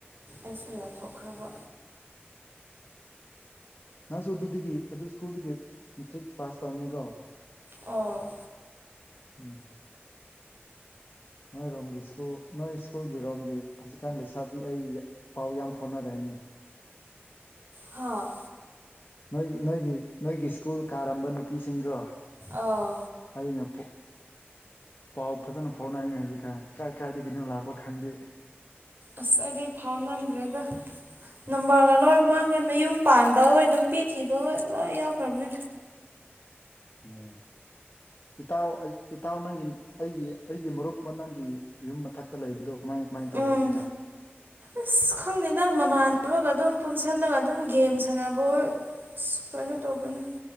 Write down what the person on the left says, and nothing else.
ꯅꯪꯁꯨ ꯑꯗꯨꯗꯒꯤ ꯑꯗꯨ ꯁ꯭ꯀꯨꯜꯗꯒꯤ ꯃꯦꯇ꯭ꯔꯤꯛ ꯄꯥꯁ ꯇꯧꯕꯅꯤꯀꯣ
<inaudible> ꯅꯣꯏꯔꯣꯝꯒꯤ ꯁꯀꯨꯜ ꯅꯣꯏ ꯁ꯭ꯀꯨꯜꯒꯤ ꯔꯣꯝꯒꯤ ꯍꯧꯖꯤꯛꯀꯥꯟ ꯂꯩꯁꯥꯕꯤ ꯑꯩ ꯄꯥꯎ ꯌꯥꯝ ꯐꯥꯎꯅꯔꯦ ꯍꯥꯏꯅꯦ
ꯅꯣꯏ ꯅꯣꯏꯒꯤ ꯅꯣꯏꯒꯤ ꯁ꯭ꯀꯨꯜ ꯀꯥꯔꯝꯕ ꯅꯨꯄꯤꯁꯤꯡꯗꯣ
ꯑꯩꯅ ꯄ ꯄꯥꯎ ꯐꯖꯅ ꯐꯥꯎꯅꯩꯅꯦ ꯍꯧꯖꯤꯛꯀꯥꯟ ꯀꯥꯏ ꯀꯥꯏꯗꯒꯤꯅꯣ ꯂꯥꯛꯄ ꯈꯪꯗꯦ
ꯎꯝ ꯏꯇꯥꯎ ꯑꯩ ꯏꯇꯥꯎ ꯅꯪꯒꯤ ꯑꯩꯒꯤ ꯑꯩꯒꯤ ꯃꯔꯨꯞ ꯑꯃ ꯅꯪꯒꯤ ꯌꯨꯝ ꯃꯊꯛꯇ ꯂꯩꯕꯗꯣ ꯀꯃꯥꯏ ꯀꯃꯥꯏꯅ ꯇꯧꯔꯦ
ꯍꯧꯖꯤꯛꯀꯥꯟ